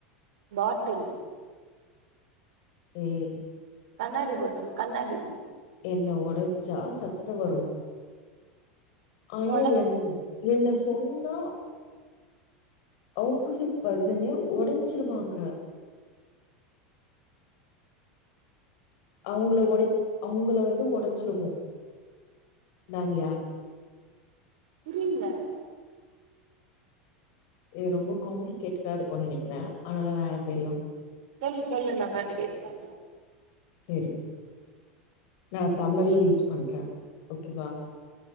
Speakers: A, on the right (about 55°); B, on the left (about 50°).
A: பாட்டில்
B: உம்
A: கண்ணாடி பாட்டில் கண்ணாடி
B: என்ன ஒடச்சா சத்த வரூ ஆனா
A: ஒனக்
B: என் என்ன சொன்னா ஆப்போசிட் பர்சனே ஒடஞ்சுருவாங்க அவுங்கள ஒடை அவுங்கள வந்து ஒடச்சுருவோ நான் யார்
A: புரில
B: இது ரொம்ப காம்ப்ளிகேட்டடா இருக்குன் நெனக்கிறே அனால வேறப் பயர்லா
A: சொல்லு சொல்லு நா கண்டினியுஸ் பண்றே
B: சேரி நா‌ தமிழே யூஸ் பண்றே ஓகேவா